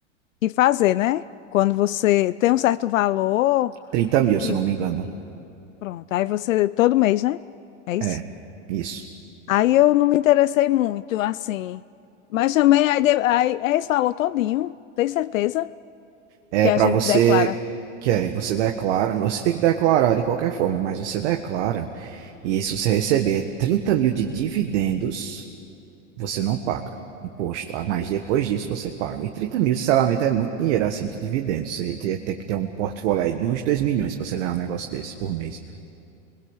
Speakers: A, on the left (about 85°); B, on the right (about 60°).
A: que fazer, né? Quando você tem um certo valor,
B: trinta mil,
A: que
B: se eu não me engano.
A: pronto, aí você todo mês, né? É isso.
B: É, isso.
A: Aí eu não me interessei muito, assim. Mas também aí, de- aí é esse valor todinho, tem certeza
B: É
A: que a
B: para
A: gente
B: você
A: declara.
B: que é, você declara, você tem que declarar de qualquer forma, mas você declara e se você receber 30 mil de dividendos, você não paga imposto, ah, mas depois disso você paga. E 30 mil, sinceramente, é muito dinheiro assim de dividendos. Você tem, tem que ter um portfólio aí de bem uns 2 milhões para você ganhar um negócio desse por mês.